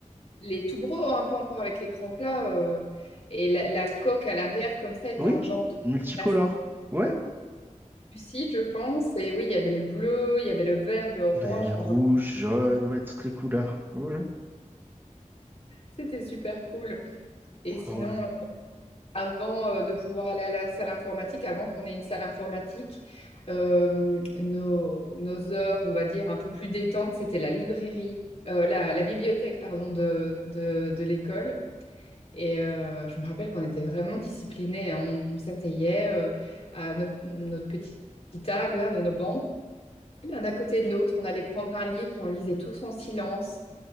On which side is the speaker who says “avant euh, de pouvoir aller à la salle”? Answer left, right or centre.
Left